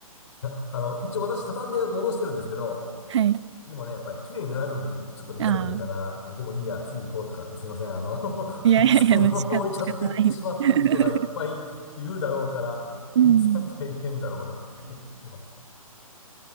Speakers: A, on the left (about 55°); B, on the right (about 50°).
A: やあの、一応私畳んで戻してるんですけど、
B: <laughs> はい。
A: でもね、やっぱり綺麗にならずに、ちょっと乱れてるかな、
B: ああ、
A: あでもいいや、次行こうとかってすいません、あの <laughs>
B: いやいやいや、
A: そのまま置いちゃっていってしまってる人がいっぱいいるだろうから、
B: 仕方、仕方ない。<laughs> うん。
A: 皆さん大変だろうな、思ってます。